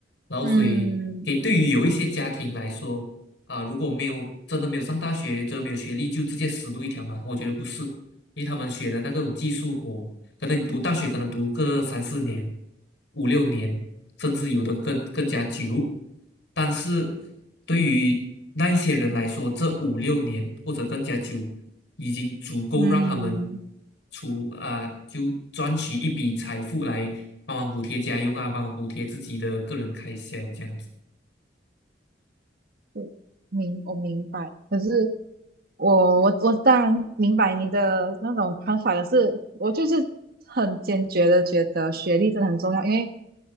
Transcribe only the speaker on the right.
嗯，
嗯，
我明我明白，可是我我我当然明白你的那种看法，可是我就是很坚决的觉得学历真的很重要，因为